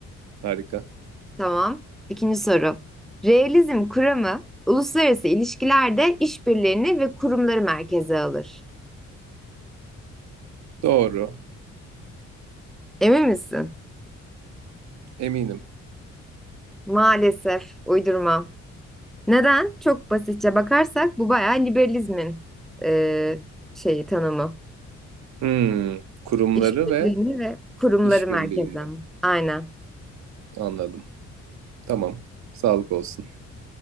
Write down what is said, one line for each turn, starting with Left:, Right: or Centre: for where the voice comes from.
Right: Harika.
Centre: Tamam. İkinci soru. Realizm kuramı uluslararası ilişkilerde işbirliğini ve kurumları merkeze alır.
Right: Doğru.
Centre: Emin misin?
Right: Eminim.
Centre: Maalesef uydurma. Neden? Çok basitçe bakarsak bu bayağı liberalizmin eee, şeyi tanımı.
Right: Hmm. Kurumları
Centre: İşbirliğini
Right: ve
Centre: ve kurumları
Right: işbirliğini
Centre: merkeze. Aynen.
Right: anladım. Tamam. Sağlık olsun.